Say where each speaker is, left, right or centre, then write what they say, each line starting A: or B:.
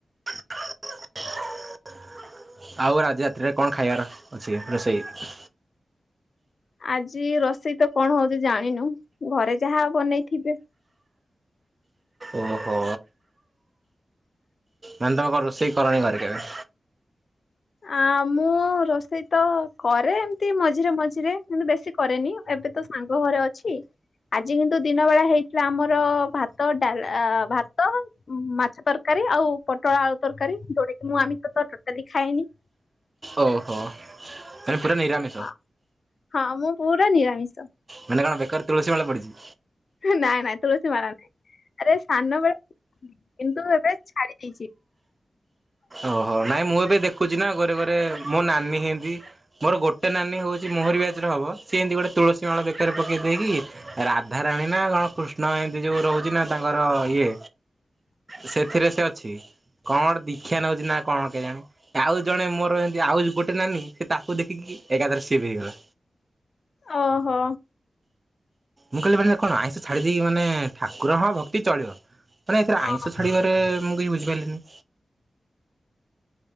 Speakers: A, on the right; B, on the left.
A: <inaudible> <inaudible> ଆଉ ଆଜି ରାତିରେ କଣ ଖାଇବାର ଅଛି ରୋଷେଇ।
B: ଆଜି ରୋଷେଇ ତ କଣ ହଉଛି ଜାଣିନୁ। ଘରେ ଯାହା ବନେଇଥିବେ।
A: ଓହୋ। ନାନୀ ତମ କଣ ରୋଷେଇ କରନି ଘରେ କେବେ?
B: ଆ ମୁଁ ରୋଷେଇ ତ କରେ ଏମିତି ମଝିରେ ମଝିରେ କିନ୍ତୁ ବେଶୀ କରେନି। ଏବେ ତ ସାଙ୍ଗ ଘରେ ଅଛି। ଆଜି କିନ୍ତୁ ଦିନ ବେଳା ହେଇଥିଲା ଆମର ଭାତ ଡା ଭାତ ମାଛ ତରକାରୀ ଆଉ ପୋଟଳ ଆଳୁ ତରକାରୀ ଯୋଉଟା କି ମୁଁ ଆମିଷ ତ ଟୋଟାଲି ଖାଏନି
A: ଓହୋ ମାନେ ପୁରା ନିରାମିଷ।
B: ହଁ ହଁ ମୁଁ ପୁରା ନିରାମିଷ।
A: ମାନେ କଣ ବେକରେ ତୁଳସୀ ମାଳ ପଡିଛି।
B: ନାଇଁ ନାଇଁ ତୁଳସୀ ମାରା ନାହିଁ ଆରେ ସାନ ବେଳେ କିନ୍ତୁ ଏବେ ଛାଡି ଦେଇେଇଛି।
A: ଓହୋ ନାଇଁ ମୁଁ ଏବେ ଦେଖୁଛି ନା ଘରେ ଘରେ ମୋ ନାନୀ ଏମତି ମୋର ଗୋଟେ ନାନୀ ହେଉଚି ମେରି ବିଆଚେରେ ହବ ସେ ଏମତିଗେଟେ ତୁଳସୀ ମାଳ ବେକାରରେ ପକାଇ ଦେଇକି ରାଧାରାଣୀ ନା କଣକୃଷ୍ଣ ଏମତି ଯୋଉ ରହୁଛି ନା ତାଙ୍କର ଇଏ
B: ହ
A: ସେଥିରେ ସେ ଅଛି କଣ ଦୀକ୍ଷା ନଉଛି ନା କଣ କେଜାଣି? ଆଉ ଜଣେ ମୋର ଏମିତି ଆଉ ଗୋଟେ ନାନୀ ସେ ତାକୁ ଦେଖିକି ଏକାଥରେ ସେ ବି ହେଇଗଲା।
B: ଓହୋ।
A: ମୁଁ କହିଲି ମାନେ କଣ ଆଇଁଷ ଛାଡି ଦେଇକି ମାନେ ଠାକୁର ହଁ ଭକ୍ତି ଚଳିବ। ମାନେ ଏଥିରେ
B: ହଁ
A: ଆଇଁଷ ଛାଡ଼ିବାରେ ମୁଁ କିଛି ବୁଝିପାରିଲିନି।